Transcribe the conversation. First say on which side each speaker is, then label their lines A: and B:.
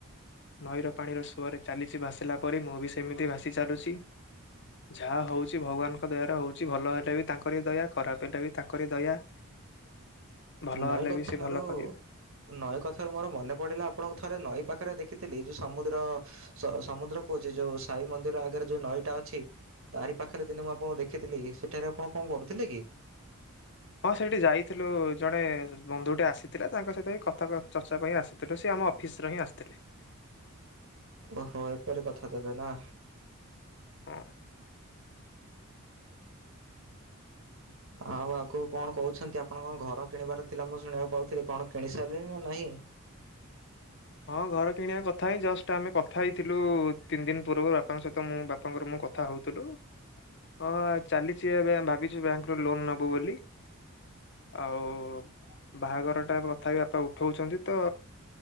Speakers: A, on the left (about 55°); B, on the right (about 65°).
A: ନଈର ପାଣିର ସୁଅରେ ଚାଲିଚି ଭାସିଲା ପରି ମୁଁ ବି ସେମିତି ଭାସି ଚାଲୁଛି। ଯାହା ହୋଉଚି ଭଗବାନଙ୍କ ଦୟାରେ ହୋଉଚି। ଭଲ ହେଲେ ବି ତାଙ୍କର ଦୟା ଖରାପ ହେଲେ ବି ତାଙ୍କରି ଦୟା। ଭଲ
B: ନଈ
A: ହେଲେ
B: କଥାରୁ
A: ବି ସେ ଭଲ କରିବ।
B: ନଈ କଥାରୁ ମୋର ମନେ ପଡିଲା ଆପଣଙ୍କ ଥରେ ନଈ ପାଖରେ ଦେଖିଥିଲି ଯୋଉ ସମୁଦ୍ର ସ ସମୁଦ୍ର କହୁଚି ଯୋଉ ସାଇ ମନ୍ଦିର ଆଗରେ ଯୋଉ ନଈଟା ଅଛି। ତାରି ପାଖରେ ଦିନେ ମୁଁ ଆପଣ ଦେଖିଥିଲି ସେଠାରେ ଆପଣ କଣ କରୁଥିଲେ କି?
A: ହଁ ସେଠି ଯାଇଥିଲୁ ଜଣେ ବନ୍ଧୁଟେ ଆସିଥିଲା ତାଙ୍କ ସହିତ କଥା ଚର୍ଚ୍ଚା ପାଇଁ ଆସ ଥିଲୁ। ସେ ଆମ ଅଫିସର ହିଁ ଆସଥିଲେ।
B: ଓହୋ ଏପରି କଥା ତାହେଲେ ନା।
A: ହୁଁ
B: ଆଉ ଆଗକୁ କଣ କହୁଛନ୍ତି, ଆପଣଙ୍କ ଘର କିଣିବାର ଥିଲା ମୁଁ ଶୁଣିବାକୁ ପାଉଥିଲି, କଣ କିଣି ସାଇଲେଣି ନା ନାହିଁ?
A: ହଁ ଘର କିଣିବା କଥା ହେଇ ଜଷ୍ଟ ଆମେ କଥା ହେଇଥିଲୁ ତିନି ଦିନ ପୂର୍ବରୁ ବାପାଙ୍କ ସହିତ ମୁ ବାପାଙ୍କର ମୁ କ ଥା ହୋଉଥୁଲୁ ହଁ ଚାଲିଚି ଏବେ ଭାବିଛୁ ବ୍ୟାଙ୍କରୁ ଲୋନ ନେବୁ ବୋଲି। ଆଉ ବାହାଘରଟା କଥାପି ବାପା ଉଠୋଉଚନ୍ତି ତ।